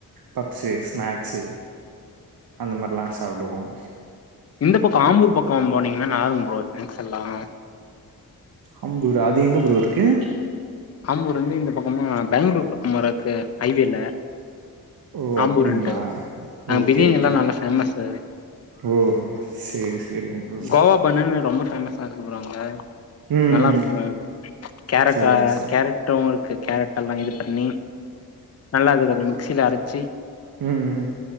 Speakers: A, on the right; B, on the left.
A: பப்ஸு ஸ்நாக்ஸு அந்த மாரிலாம் சாப்டுவோம்
B: இந்த பக்கம் ஆம்பூர் பக்கம் போனீங்கன்னா நாருங்க புரோ எனக்குல்லாம்
A: அம்பூர் அது எங்க ப்ரோ இருக்கு
B: ஆமூர் வந்து இந்த பக்கமா பேங்ளூர் பக்கம் வரிது ஐவேல
A: ஓ
B: ஆம்பூர்ண்டு
A: அப்டிங்களா
B: அ
A: ஓகே
B: பிரியாணி
A: ஓகே
B: எல்லாம் நல்ல பேமஸ்
A: ஓ சேரி சேரிங்க ப்ரோ
B: கோவா பன்னு ரொம்ப பேமஸ் எடுக்கப்படுறாங்க
A: ம்
B: நல்லா இருக்கும் கேரட்டா
A: சேரி சேரி
B: ம் இருக்கு கேரட் எல்லாம் இது பண்ணி நல்லாது கொஞ்ச மிக்சில அரச்சி
A: உஹம் உம்